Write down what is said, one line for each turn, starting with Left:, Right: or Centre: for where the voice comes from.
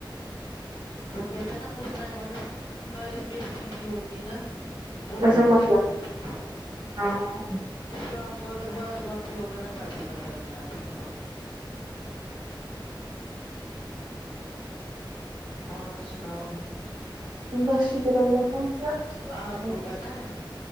Left: وہ کہتے ہیں نا اس ٹائم اگر خالی مرچی بھی ہوگی نا وہ بھی
Right: ایسا
Left: اچھا
Right: مت
Left: لگتی
Right: ہاں
Left: شام کو اگر وازوان بھی ہوگا نا تبھی مزہ نہیں آتا ہے اور سناؤ
Right: بس شکر اللہ کا
Left: آپ کو پتا ہے